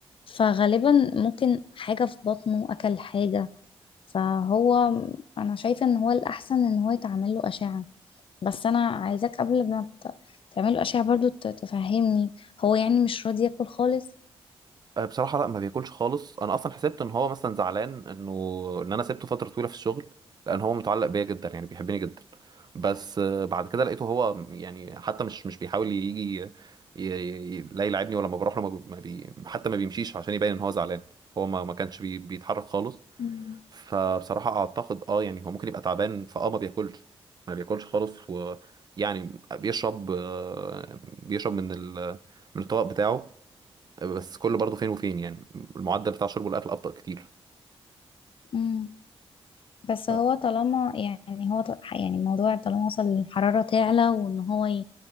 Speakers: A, on the left; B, on the right.
A: فغالبا ممكن حاجة في بطنه أكل حاجة فهو أنا شايفة إن هو الأحسن إن هو يتعمل له أشعة بس أنا عايزاك قبل ما ت- تعمل له أشعة برضو ت- تفهمني هو يعني مش راضي ياكل خالص
B: أه، بصراحة لا ما بياكلش خالص انا اصلا حسبت ان هو مثلا زعلان انه ان انا سبته فترة طويلة في الشغل لان هو متعلق بيا جدا يعني بيحبني جدا بس آه، بعد كده لقيته هو يعني حتى مش مش بيحاول يجي ي- ي- لا يلعبني ولما بروح له ما بي ما بي- حتى ما بيمشيش عشان يبين ان هو زعلان هو ما ما كانش بي بيتحرك خالص
A: مم.
B: فبصراحة اعتقد اه يعني هو ممكن يبقى تعبان فاه ما بياكلش ما بياكلش خالص ويعني بيشرب آه، بيشرب من ال من الطبق بتاعه بس كله برضه فين وفين يعني المعدل بتاع شرب الأكل أبطأ كتير
A: مم. بس هو
B: آه.
A: طالما يعني هو ط- يعني الموضوع طالما وصل للحرارة تعلى وإن هو ي-